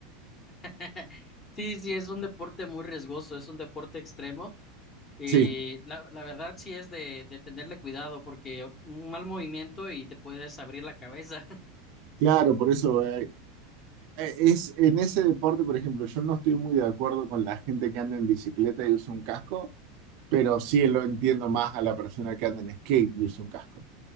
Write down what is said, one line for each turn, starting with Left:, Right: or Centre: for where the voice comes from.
Left: <laughs> Sí, sí, es un deporte muy riesgoso, es un deporte extremo y
Right: Sí,
Left: la, la verdad sí es de, de tenerle cuidado porque un mal movimiento y te puedes abrir la cabeza.
Right: claro, por eso eh, eh, es en ese deporte, por ejemplo, yo no estoy muy de acuerdo con la gente que anda en bicicleta y usa un casco pero sí lo entiendo más a la persona que anda en skate y usa un casco.